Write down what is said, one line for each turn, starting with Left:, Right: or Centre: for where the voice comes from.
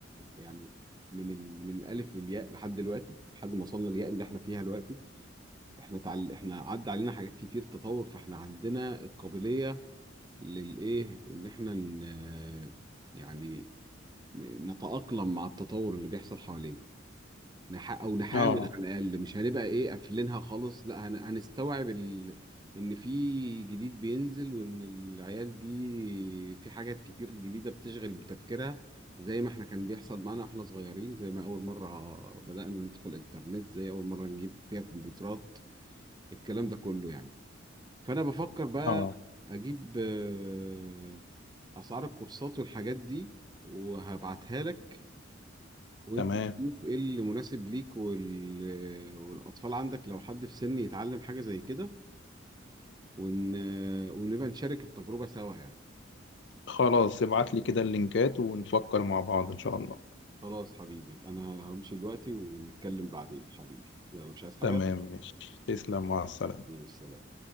Right: يعني من ال... من الالف للياء لحد دلوقتي لحد ما وصلنا للياء اللي احنا فيها دلوقتي احنا تعل... احنا عدى علينا حاجات كتير تطور فاحنا عندنا القابلية للايه ان احنا ن... يعني نتأقلم مع التطور اللي بيحصل حوالينا نح... او نحاول
Left: اه
Right: على الاقل مش هنبقى ايه قافلينها خالص لا هن... هنستوعب ال... ان في جديد بينزل وان العيال دي في حاجات كتير جديده بتشغل بتفكيرها زي ما احنا كان بيحصل معانا واحنا صغيرين زي ما اول مره بدانا ندخل الانترنت زي اول مره نجيب فيها كمبيوترات الكلام ده كله يعني فانا بفكر بقى
Left: اه
Right: اجيب آه، اسعار الكورسات والحاجات دي وهبعتها لك وانت
Left: تمام
Right: تشوف ايه اللي مناسب ليك وال... والاطفال عندك لو حد في سن يتعلم حاجه زي كده ون... ونبقى نشارك التجربه سوا يعني
Left: خلاص ابعت لي كده اللينكات ونفكر مع بعض ان شاء الله
Right: خلاص حبيبي انا همشي دلوقتي ونتكلم بعدين حبيبي يلا مش عايز حاجه
Left: تمام ماشي تسلم مع السلامة
Right: سلام